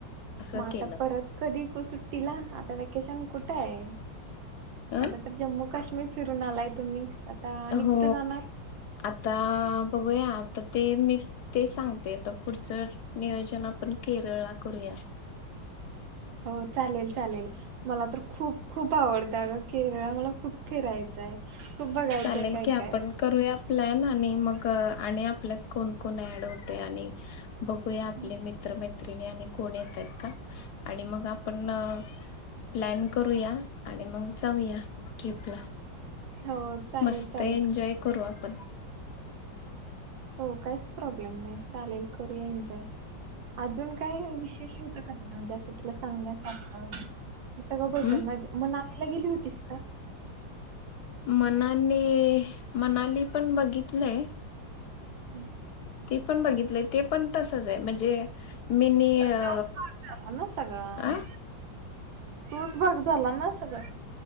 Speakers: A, on the left; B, on the right.
A: असं
B: मग आता
A: केलं
B: परत कधी कु सुट्टीला आता वेकेशन कुठं हाय.
A: अ
B: आता तर जम्मू काश्मीर फिरून आलाय तुम्ही. आता आणि
A: अ हो
B: कुठे जाणार?
A: आता बघूया आता ते मीच तेच सांगते आता पुढचं नियोजन आपण केरळला करूया.
B: हो चालेल चालेल मला तर खूप खूप आवडत अग. केरळ मला खूप फिरायच हाय खूप बघायचंय
A: चालेल
B: काय
A: की
B: काय.
A: आपण करूया प्लॅन आणि मग, आणि आपल्यात कोण- कोण ऍड होतय. आणि बघूया आपले
B: हम्म
A: मित्रमैत्रिणी आणि कोण येतात का? आणि मग आपण न प्लॅन करूया. आणि मग जाऊया, ट्रिपला.
B: हो. चालेल
A: मस्त
B: चालेल.
A: एन्जॉय करू आपण.
B: हो काहीच प्रॉब्लेम नाही. चालेल, करूया एन्जॉय. अजून काही विशेष होतं का तिथं? ना म्हणजे असं, तुला सांगण्यासारखं. सगळं बदलन
A: हम्म
B: त मनालीला गेली होतीस का?
A: मनाली, मनाली पण बघितलय
B: हम्म.
A: ते पण बघितलंय. ते पण तसचय. म्हणजे, मिनी
B: तर
A: अ
B: तोच भाग झाला ना सगळां.
A: अ
B: तोच भाग झाला ना सगळा.